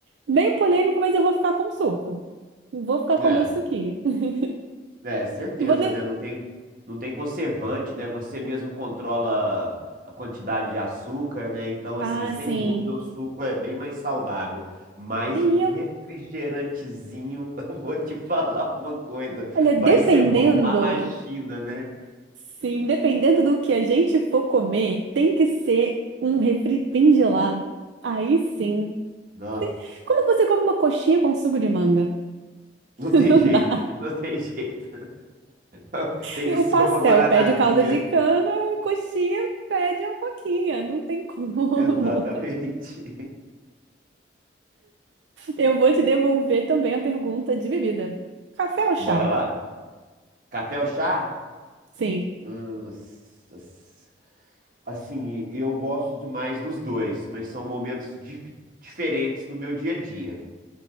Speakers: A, on the right (about 70°); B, on the right (about 50°).
A: Meio polêmico, mas eu vou ficar com o suco. Eu Vou ficar com
B: É,
A: o meu suquinho. <laughs>
B: é, certeza,
A: E vou de...
B: né? Não tem, não tem conservante, né? Você mesmo controla a quantidade de açúcar, né? Então, assim,
A: Ah,
B: sem
A: sim.
B: dúvida, o suco é bem mais saudável. Mas
A: E
B: um
A: eu,
B: refrigerantezinho, <laughs> eu vou te falar uma coisa,
A: olha, dependendo,
B: vai ser bom lá na China, né?
A: sim, dependendo do que a gente for comer, tem que ser um refri bem gelado. Aí sim.
B: Nossa,
A: Como que você come uma coxinha com suco de manga? <laughs>
B: não tem
A: Não
B: jeito,
A: dá.
B: <laughs> não tem jeito. <laughs> Tem
A: E
B: que
A: O
B: ser
A: pastel
B: uma guaranazinha.
A: pede o caldo de cana, a coxinha pede a coquinha. Não tem como.
B: Exatamente.
A: Eu vou te devolver também a pergunta de bebida. Café
B: <laughs>
A: ou chá?
B: Bora lá. Café ou chá?
A: Sim.
B: Hum, s- s- Assim, eu gosto demais dos dois, mas são momentos di- diferentes no meu dia a dia.